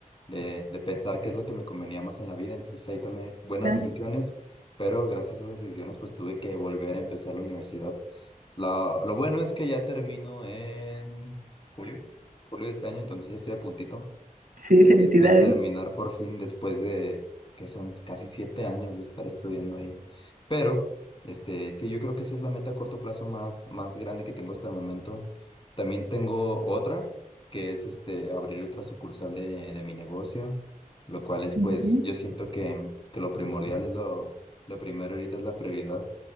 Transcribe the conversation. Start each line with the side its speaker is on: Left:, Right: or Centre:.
Left: de, de pensar qué es lo que me convenía más en la vida. Entonces ahí tomé buenas
Right: Claro.
Left: decisiones, pero gracias a esas decisiones pues tuve que volver a empezar la universidad. La- lo bueno es que ya termino en julio, julio de este año, entonces ya estoy a puntito.
Right: Sí,
Left: de,
Right: felicidades.
Left: de terminar por fin después de que son casi siete años de estar estudiando ahí. Pero, este, sí, yo creo que esa es la meta a corto plazo más, más grande que tengo hasta el momento. También tengo otra, que es este, abrir otra sucursal de, de mi negocio, lo cual es, pues,
Right: Ujú.
Left: yo siento que, que lo primordial es lo, lo primero ahorita es la prioridad.